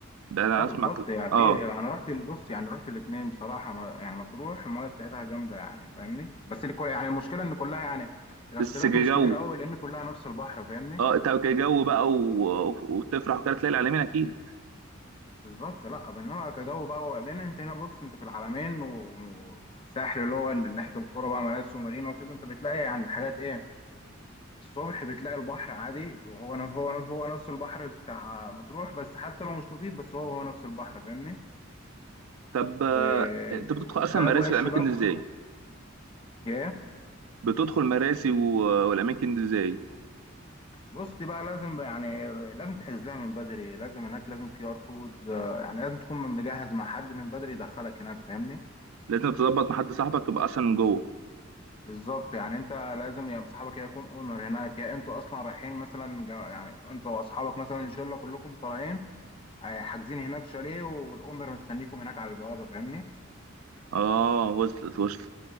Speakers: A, on the right; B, on the left.
A: ده انا
B: اه بالظبط
A: اسمع كده
B: يعني
A: اه
B: في انا رحت ال- بص يعني رحت الاثنين بصراحة ما يعني مطروح المايه بتاعتها جامدة يعني فاهمني؟ بس الكل يعني المشكلة ان كلها يعني الاختلاف
A: بس جو
B: مش كبير قوي لان كلها نفس البحر فاهمني؟
A: اه انت جو بقى و... وتفرح وكده تلاقي العالمين اكيد
B: بالظبط لا انما كجو بقى هو- لان انت هنا بص انت في العلمين و- والساحل اللي هو اللي ناحيه القرى بقى مراسي ومارينا وكده انت بتلاقي يعني الحاجات ايه الصبح بتلاقي البحر عادي وهو ن- هو ن- هو نفس البحر بتاع مطروح بس حتى لو مش نظيف بس هو هو نفس البحر فاهمني
A: طب آه،
B: و-
A: انت بتدخل
B: وبتلاقي
A: اصلا مراسي
B: اجواء
A: في
B: الشباب
A: الاماكن دي ازاي
B: وكده ايه
A: بتدخل مراسي و... والاماكن دي ازاي
B: بص دي بقى لازم بقى يعني لازم تحجز لها من بدري لازم هناك لازم كيو ار كود يعني لازم تكون مجهز مع حد من بدري يدخلك هناك فاهمني
A: لازم تظبط مع حد صاحبك تبقى اصلا من جوه
B: بالظبط يعني انت لازم يا صاحبك يا يكون اونر هناك يا انتوا اصلا رايحين مثلا جا- يعني انتوا واصحابك مثلا ان شاء الله كلكم طالعين آه، حاجزين هناك شاليه والاونر مستنيكم هناك على البوابه فاهمني
A: اه وصلت وصلت